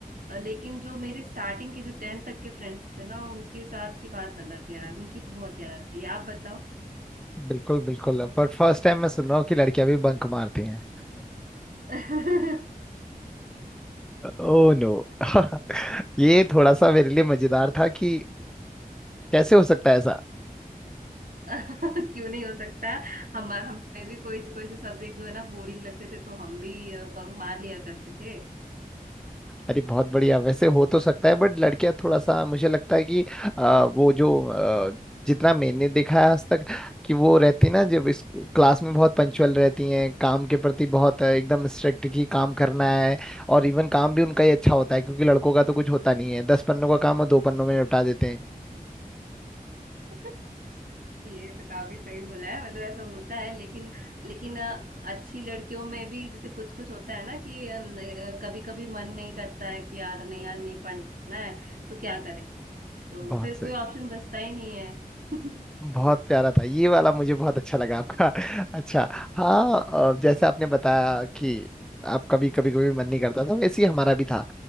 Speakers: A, on the right; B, in the centre.
A: अ, लेकिन जो मेरे स्टार्टिंग के जो टेंथ तक के फ्रेंड्स थे ना उनके साथ की बात अलग है यार उनकी तो बहुत याद थी आप बताओ
B: बिल्कुल बिल्कुल पर फर्स्ट टाइम मैं सुन रहा हूँ कि लड़कियां भी बंक मारती हैं
A: <laughs>
B: ओ नो <laughs> ये थोड़ा सा मेरे लिए मजेदार था कि कैसे हो सकता है ऐसा
A: क्यों नहीं हो सकता हम हमें भी कोई कोई से सब्जेक्ट जो है ना बोरिंग लगते थे तो हम भी अ, बंक मार लिया करते थे
B: अरे बहुत बढ़िया वैसे हो तो सकता है बट लड़कियां थोड़ा सा मुझे लगता है कि आ, वो जो आ, जितना मैंने देखा है आज तक कि वो रहती ना जब इस क्लास में बहुत पंक्चुअल रहती हैं काम के प्रति बहुत आ, एकदम स्ट्रिक्ट की काम करना है और इवन काम भी उनका ही अच्छा होता है क्योंकि लड़कों का तो कुछ होता नहीं है दस पन्नों का काम और दो पन्नों में निपटा देते हैं
A: <laughs> ये तो काफी सही बोला है मतलब ऐसा होता है लेकिन लेकिन अ, अच्छी लड़कियों में भी जैसे कुछ कुछ होता है ना कि कभी कभी मन नहीं करता है कि यार नहीं यार नहीं पढ़ना है तो क्या करें
B: <laughs>
A: तो
B: बहुत
A: फिर
B: सही
A: कोई ऑप्शन बचता ही नहीं है <laughs>
B: बहुत प्यारा था ये वाला मुझे बहुत अच्छा लगा आपका <laughs> अच्छा हाँ अ, जैसे आपने बताया कि आप कभी कभी कभी मन नहीं करता था वैसे ही हमारा भी था